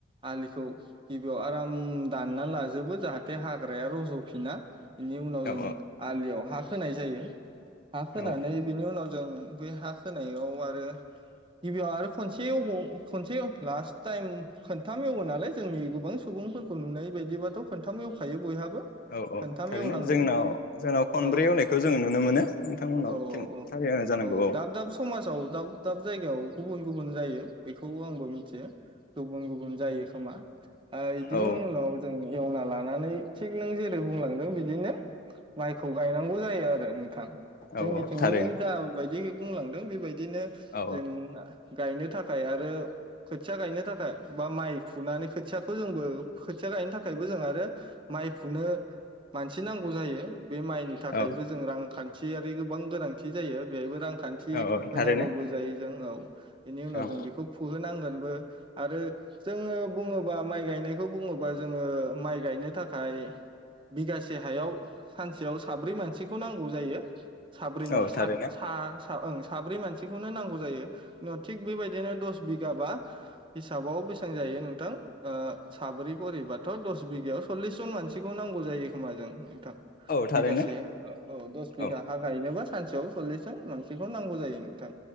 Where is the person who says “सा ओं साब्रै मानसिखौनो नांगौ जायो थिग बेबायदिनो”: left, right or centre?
Right